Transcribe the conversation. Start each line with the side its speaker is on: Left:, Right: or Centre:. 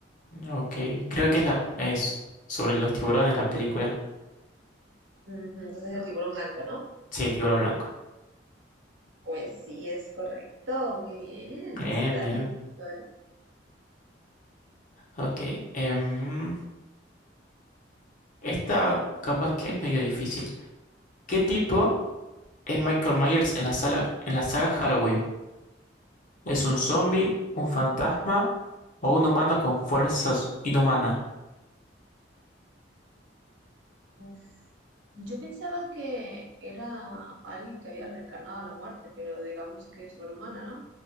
Left: Ok, creo que es, la, es sobre los tiburones la película.
Right: Ujú, entonces el tiburón blanco, ¿no?
Left: Sí, tiburón blanco.
Right: Pues sí, es correcto. Muy bien.
Left: Bien,
Right: Se te da
Left: bien.
Right: bien esto, ¿eh?
Left: Ok. em, esta capaz que es medio difícil. ¿Qué tipo?
Right: Ok.
Left: Es Michael Myers en la sala, en la saga Halloween. ¿Es un zombie, un fantasma o un humano con fuerzas inhumanas?
Right: Uf. Yo pensaba que era alguien que había reencarnado a la muerte, pero digamos que es sobrehumana, ¿no?